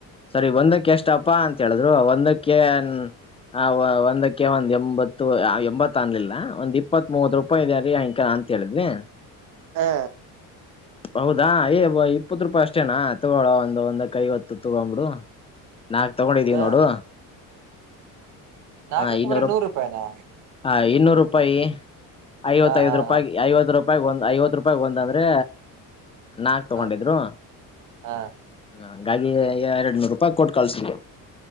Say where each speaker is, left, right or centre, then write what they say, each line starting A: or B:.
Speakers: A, on the left; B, on the right.
A: ಸರಿ ಒಂದಕ್ಕೆ ಎಷ್ಟಪ್ಪಾ ಅಂತ ಹೇಳಿದ್ರು ಒಂದಕ್ಕೆ ಆ ಒಂದಕ್ಕೆ ಒಂದ್ ಎಂಬತ್ತು ಎಂಬತ್ ಅನ್ಲಿಲ್ಲ ಒಂದ್ ಇಪ್ಪತ್ ಮೂವತ್ ರೂಪಾಯಿ ಇದೆರೀ ಅಂಕ ತೇಳಿದ್ವಿ.
B: ಹಾ
A: ಹೌದಾ ಏ ಇಪ್ಪತ್ತು ರೂಪಾಯಿ ಅಷ್ಟು ಅನಾ ತಗೋಳ ಒಂದು ಒಂದಂದು ಕೈ ಹೊತ್ತು ತಗೊಂಬಡು ನಾಕ್ ತಗೊಂಡಿದ್ದೀವಿ
B: ಹ
A: ನೋಡು
B: ನಾಕಕ್
A: ಹಾ ಇನ್ನೂರುೂ
B: ಬರೀ ನೂರು ರೂಪಾಯಿನಾ
A: ಹ ಇನ್ನೂರು ರೂಪಾಯಿ ಐವತ್ತೈ್
B: ಹಾ ಹಾ
A: ರೂಪಾಯ ಐವತ್ತು ರೂಪಾಯ ಒಂದ್ ಐವತ್ತು ರೂಪಾಯ ಒಂದ ಅಂದ್ರೆ ನಾಕ್ ತಗೊಂಡಿದ್ರು
B: ಹಾ ಹ ಹಾ
A: ಹಂಗಾಗಿ ಎರಡ್ ನೂರು ರೂಪಾಯಿ ಕೊಟ್ಟು ಕಳ್ಸಕ್ಕೆ